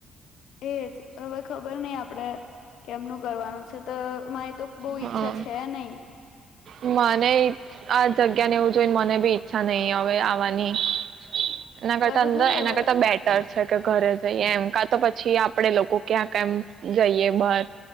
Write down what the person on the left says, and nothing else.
એજ હવે ખબર નય આપ આપડે, કેમનું કરવાનું છે તો મારી તો બો ઈચ્છા
છે નય.
આપડે
જોઈએ
હવે